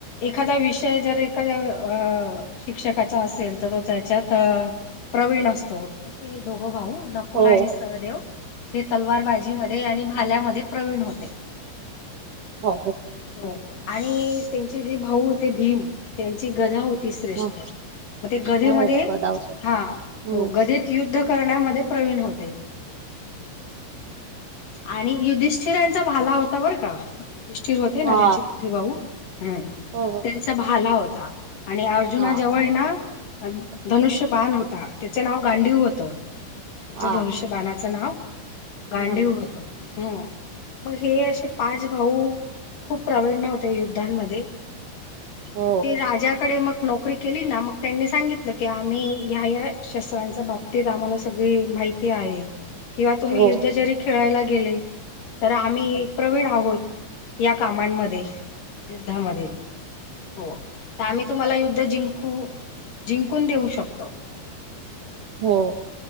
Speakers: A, on the left; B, on the right.
A: एखादा विषय जर एखाद्या अ शिक्षकाचा असेल तर तो त्याच्यात अ प्रवीण असतो तसे हे दोघ भाऊ नकुल
B: हो
A: आणि सहदेव हे तलवार बाजी मध्ये आणि भाल्यामध्ये प्रवीण होते.
B: हो हो.
A: हो आणि त्यांचे जे भाऊ होते भीम त्यांची गधा होती. ती श्रेष्ठ
B: हो
A: मग ते गधे
B: हो
A: मध्ये
B: गदावतो
A: हा
B: हम्म
A: हो गधेत युद्ध करण्यामध्ये प्रवीण होते. आणि युधिष्ठिरांचा भाला हो ता बरं का, युधिष्ठिर होते ना
B: हा
A: त्यांचे मोठे भाऊ हूं
B: हो हो
A: त्यांचा भाला होता. आणि अर्जुना
B: हा
A: जवळ येना
B: हम्म,
A: धनुष्य बान होता. त्याच नाव गांडीव होत. त्यांच्या
B: हा
A: धनुष्य बाणाचं नाव गांडीव
B: हो हो
A: होत. हूं, म हे असे पाच भाऊ खूप प्रविण्य होते. युद्धांमध्ये आणि
B: हो
A: ते राजाकडे मग नोकरी केली ना मग त्यांनी सांगितलं की आम्ही ह्या ह्या शस्त्रांच्या बाबतीत आम्हाला सगळी माहिती आहे किंवा तुम्ही
B: हो
A: यु ध्द जरी खेळायला गेले तर आम्ही प्रवीण आहोत या कामांमध्ये युद्धामध्ये हो त आम्ही तुम्हाला युद्ध जिंकू जिंकून देऊ शकतो,
B: हो